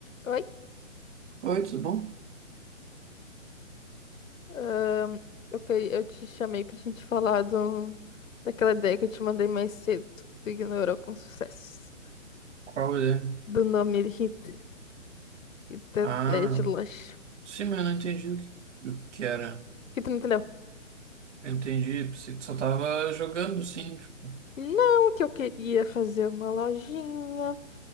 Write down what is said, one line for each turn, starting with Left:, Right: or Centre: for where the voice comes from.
Left: Oi?
Right: Oi, tudo bom?
Left: Ahn, eu, que- eu te chamei pra gente falar do, daquela ideia que eu te mandei mais cedo, que tu ignorou com sucesso.
Right: Qual é?
Left: Do nome Rita e da
Right: Ah,
Left: ideia de loja.
Right: sim, mas eu não entendi o que, o que era.
Left: Que tu não entendeu?
Right: Eu entendi, você só tava jogando, sim, tipo,
Left: Não, que eu queria fazer uma lojinha.